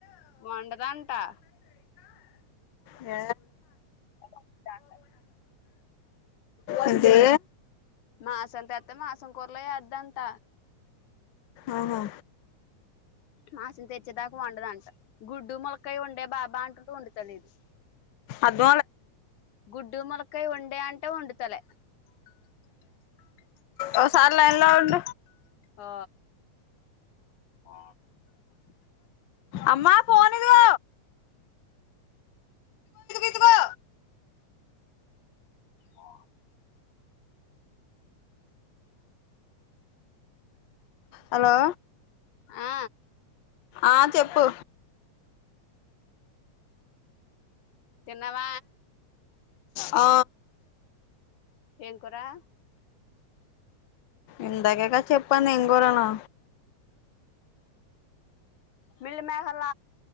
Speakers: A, on the left; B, on the left.
A: బండదాంటా
B: ఏ
A: కూర
B: అదే
A: మాసలుంత అత్త మాసం కోర్లోయ అధ అంత
B: ఆహా
A: మాసం తెచ్చేదాకా వండదంట గుడ్డు ములకయ ఉండే బాబా అంటుది వండతలేదు
B: అది
A: గుడ్డు ములకయ వండే అంటే వండుతలే
B: ఓ సారిలైన్లోడ్
A: ఆ ఆ
B: అమ్మా ఫనిదిో ఇదిగో
A: ఆ
B: హలో
A: ఆ
B: ఆ చెప్పు
A: తెన్నవ
B: ఆ
A: ఏం కురా
B: ఇందాకే కదా చెప్ప ఏం కూరనా
A: మిల్మకెర్ల